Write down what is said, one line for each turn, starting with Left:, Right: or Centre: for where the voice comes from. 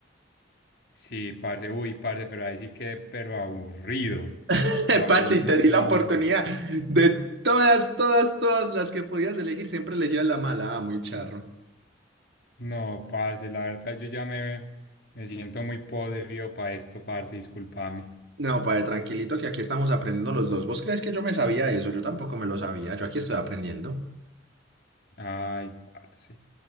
Left: Sí, parce, uy, parce, pero ahí sí que, pero aburrido.
Right: <laughs>
Left: Aburrido.
Right: Parce, y te di la oportunidad
Left: aburrido.
Right: de todas, todas, todas las que podías elegir, siempre elegías la mala, ah, muy charro.
Left: No, parce, la verdad, yo ya me, me siento muy podrido para esto, parce, discúlpame.
Right: No, padre, tranquilito que aquí estamos aprendiendo los dos. ¿Vos crees que yo me sabía eso? Yo tampoco me lo sabía. Yo aquí estoy aprendiendo.
Left: Ay, parce.